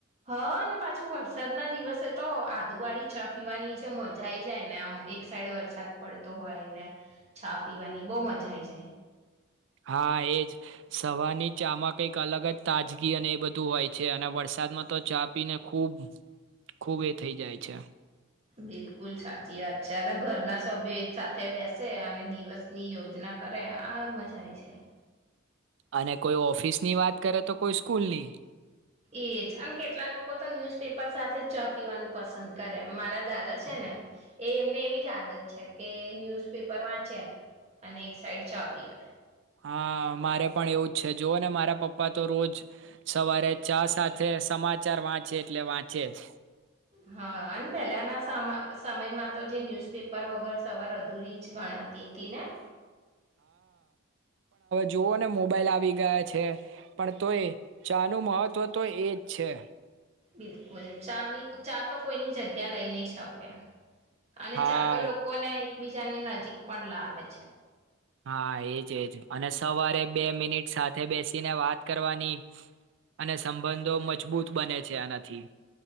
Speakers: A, on the right (about 30°); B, on the right (about 65°).
A: હ ને પાછું વરસાદ ના દિવસે તો આદુવાળી છા પીવાની જે મજા આઈ જાય ને આમ એક સાઈડ વરસાદ પડતો હોય ને ચા પીવાની બઉ મજા આઈ જાય.
B: હા એજ સવારની ચામાં કઈક અલગ જ તાજગી અને એ બધું હોય છે અને વરસાદમાં તો ચા પીને ખૂબ, ખૂબ એ થઇ જાય છે.
A: બિલકુલ સા ચી વાત છે અને ઘર ના સભ્ય સાથે બેસે અને દિવસ ની યોજના કરે, આ મજા આય જાય.
B: અને કોઈ ઓફિસ ની વાત કરે તો કોઈ સ્કૂલ ની.
A: એજ અને કેટલા લોકો તો ન્યૂઝપેપર સાથે ચા પીવાનું પસંદ કરે, મારા દાદા છે ને, એ એમને એવી જ આદત છે કે ન્યૂઝપેપર વાંચે અને એક સાઈડ ચા પીવે.
B: હા મારે પણ એવું જ છે, જોઓ ને મારા પપ્પા તો રોજ સવારે ચા સાથે સમાચાર વાંચે એટલે વાંચે જ.
A: હા અને પેલાના સમ સમયમાં તો જે ન્યુઝપેપર વગર સવાર અ ધૂરી જ ગણાતી તી ને?
B: જોવો ને મોબાઈલ આવી ગયા છે પણ તો એ ચાનું મહત્ત્વ તો એ જ છે.
A: બિલકુલ, ચાની ચા તો કોઈની જગ્યા લઈ નહી શકે. અને
B: હા
A: ચા તો લોકોને એકબીજાની નજીક પણ લાવે છે.
B: હા એજ એજ, અને સવારે બે મિનિટ સાથે બેસીને વાત કરવાની અને સંબંધો મજબૂત બને છે આનાથી.